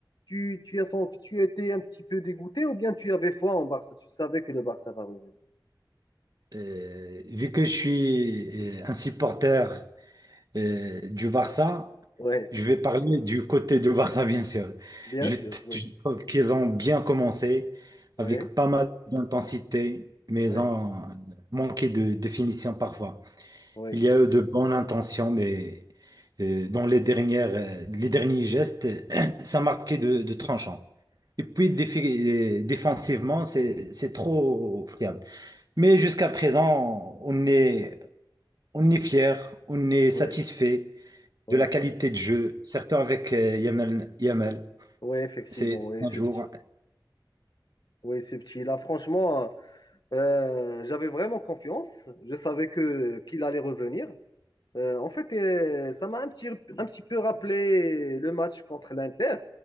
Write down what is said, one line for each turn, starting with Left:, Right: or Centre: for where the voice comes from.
Left: tu, tu as sens tu étais un petit peu dégoûté ou bien tu avais foi en Barça? Tu savais que le Barça va revenir.
Right: Euh, vu que je suis euh, un supporter euh, du Barça,
Left: Oui,
Right: je vais parler du côté du Barça, bien sûr.
Left: bien
Right: Je,
Left: sûr,
Right: t-
Left: oui.
Right: je trouve qu'ils ont bien commencé
Left: Oui,
Right: avec pas mal d'intensité, mais
Left: oui,
Right: ils ont manqué de de finition parfois.
Left: oui,
Right: Il y a eu de bonnes intentions, mais euh, dans les dernières, euh, les derniers gestes, <clears throat> ça marquait de, de tranchant. Et puis défi- euh, défensivement, c'est c'est trop friable. Mais jusqu'à présent, on est on est fier, on est satisfait
Left: oui, oui.
Right: de la qualité de jeu, surtout avec euh, Yamal. Yamal.
Left: Oui, effectivement,
Right: C'est c'est
Left: oui,
Right: un
Left: ce
Right: jour,
Left: petit. Oui, ce petit. Là, franchement, euh, j'avais vraiment confiance. Je savais que qu'il allait revenir. Euh, en fait, euh, ça m'a un petit, un petit peu rappelé le match contre l'Inter.